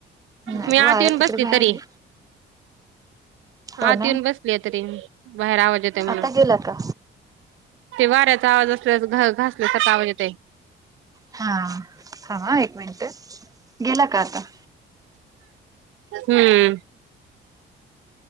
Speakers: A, on the right; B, on the right.
A: नाही
B: मी आत
A: वार
B: येऊन बसली
A: तिकडं बाहेर
B: तरी
A: आहे. हो
B: आत
A: ना
B: येऊन बसली आहे तरी मी, बाहेर आवाज येतोय म्हणून.
A: आता गेला का
B: ते वाऱ्याचा आवाज असल्यास घ घासल्यासारख आवाज येतोय.
A: हा हा हा एक मिनटं गेला का आता?
B: हम्म.